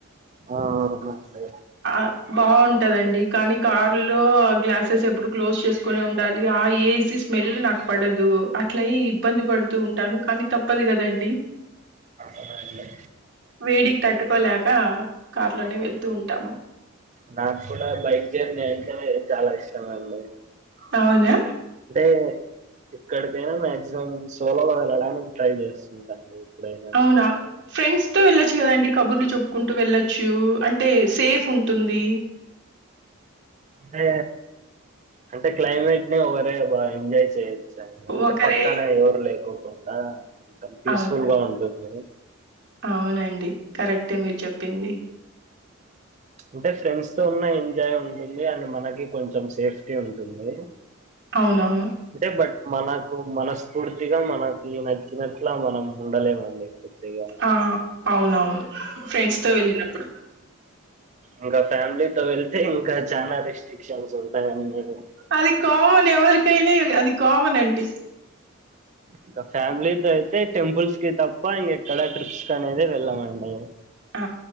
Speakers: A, on the right; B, on the right.
A: ఆ అవునండి
B: ఆ బావుంటదండి కానీ కార్ లో గ్లాసెస్ ఎప్పుడూ క్లోజ్ చేసుకునే ఉండాలి ఆ ఏ సీ స్మెల్ నాకు పడదు అట్లయ్యి ఇబ్బంది పడుతూ ఉంటాను కానీ తప్పదు కదండి
A: అవునండి.
B: వేడికి తట్టుకోలేక ట్లోనే వెళ్తూ ఉంటాము
A: నాకు కూడా బైక్ జర్నీ అంటేనే చాలా ఇష్టం అండి
B: అవునా
A: టే ఎక్కడికైనా మాక్సిమం సోలోగా వెళ్ళడానికి ట్రై చేస్ సుంటా అండి ఎప్పుడైనా
B: అవునా ఫ్రెండ్స్ తో వెళ్ళొచ్చు కదండి కబుర్లు చెప్పుకుంటూ వెళ్లొచ్చు అంటే సేఫ్ ఉంటుంది
A: టే అంటే క్లైమేట్ ని ఒకరే బా ఎంజాయ్ చేయొచ్చు డి అంటే
B: ఒకరే
A: పక్కనే ఎవరు లేకోకుండా కొంచెం పీస్ఫుల్
B: అవునా
A: గా ఉంటుంది
B: అవునండి కరెక్టే మీరు చెప్పింది
A: అంటే ఫ్రెండ్స్ తో ఉన్న ఎంజాయ్ ఉంటుంది అండ్ మనకీ కొంచెం సేఫ్ టీ ఉంటుంది
B: అవునవును
A: అంటే బట్ మనకు మనస్ఫూర్తిగా మనకి నచ్చినట్లా మనం ఉండలేమండి కొద్దిగా
B: ఆ అవునవును ఫ్రెండ్స్ తో వెళ్ళినప్పుడు
A: ఇంక ఫ్యామిలీతో వెళ్తే ఇంకా చనా రిస్ట్రిక్షన్స్ ఉంటాయన్నీ
B: అది కామన్ ఎవరికైనా యది అది కామన్ అండి
A: ఇంకా ఫ్యామిలీ తో అయితే టెంపుల్స్ కి తప్ప ఇంగె ఇక్కడ ట్రిప్స్ అనేది వెళ్ళామండి
B: ఆ